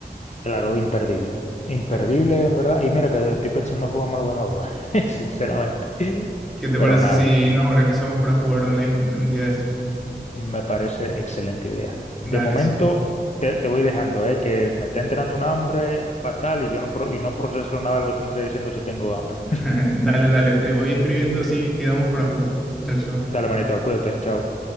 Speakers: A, on the left; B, in the centre.
A: Claro, imperdible. Imperdible,
B: Sí.
A: en verdad. Y mira que estoy pensando en jugármelo de nuevo, <laughs> sinceramente.
B: ¿Qué te
A: Pero
B: parece
A: nada,
B: si nos organizamos para jugar online un día de estos?
A: me parece excelente idea. De
B: Dale,
A: momento
B: súper.
A: te, te voy dejando, ¿eh? Que me está entrando un hambre fatal y yo no, pro- y no proceso nada de lo que tú me estás diciendo si tengo hambre.
B: <laughs> Dale, dale, te voy escribiendo así quedamos para jugar. Chao, chao.
A: <laughs> Dale, manito, cuídate, chao.